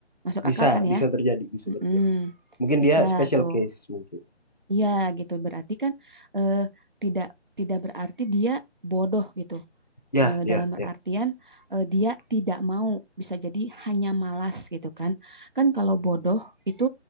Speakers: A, on the right; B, on the left.
A: Masuk
B: Bisa,
A: akal kan
B: bisa
A: ya?
B: terjadi, bisa
A: Mm-mm.
B: terjadi. Mungkin
A: Bisa
B: dia special
A: tuh.
B: case mungkin.
A: Iya gitu berarti kan eh, tidak tidak berarti dia bodoh gitu
B: Ya,
A: Eh,
B: ya,
A: dalam
B: ya.
A: artian eh, dia tidak mau bisa jadi hanya malas gitu kan kan kalau bodoh itu